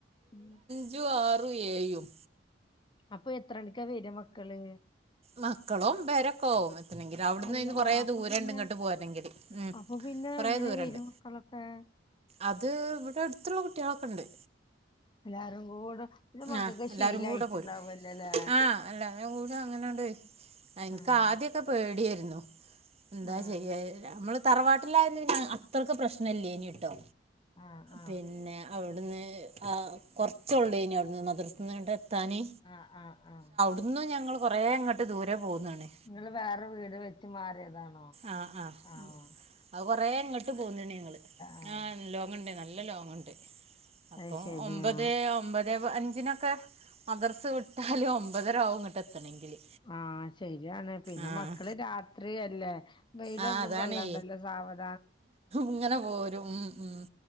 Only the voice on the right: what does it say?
അഞ്ചു, ആറും, ഏഴും.
മക്കളോമ്പരെക്കാവും എത്തണെങ്കി, അവിടന്ന്
കൊറെ
ദൂരണ്ട്
ഇങ്ങട്ട് പോരണെങ്കില്, ഉം..
കൊറേ
ദൂരണ്ട്
അത് ഇവിടെ അടുത്തുള്ള കുട്ടികളൊക്കെണ്ട്.
ആ എല്ലാരും
കൂടെ പോരും ആഹാ എല്ലാരും കൂടി അങ്ങനെണ്ട്, എനക്ക്
ആദ്യോക്കെ പേടിയാരുന്നു. എന്താ
ചെയ്യ നമ്മള്- തറവാട്ടിലാരുന്നേ അത്രക്ക് പ്രശ്നം ഇല്ലേ ന്യു ട്ടോ.
പിന്നെ അവള്. വിടുന്ന് ആ കൊറച്ചോള്ളേ ന്യു, അവിടുന്ന് മദ്രസ്സത്ത്ന്ന് ങ്ങട്ടേത്താന്.
ഇന്നും ഞങ്ങള് കൊറേങ്ങട്ട് ദൂരെ പോന്നീണ്.
ആഹ് ആഹ്
അത് കൊറെ ങ്ങട്ട് പോന്നീണ്, ഞങ്ങള്
ആഹാ ലോങ്ങോണ്ട് നല്ല- ലോങ്ങോണ്ട്. അപ്പോ
ഒമ്പതേ ഒമ്പ ദേ വ് അഞ്ചിനൊക്കെ മദ്രസ് വിട്ടാല് ഒമ്പതരാവും ഇങ്ങട്ട് എത്തണെങ്കില്.
ആഹ്
ആഹ് അതാണേ
ഇങ്ങനെ പോരും മ് മ്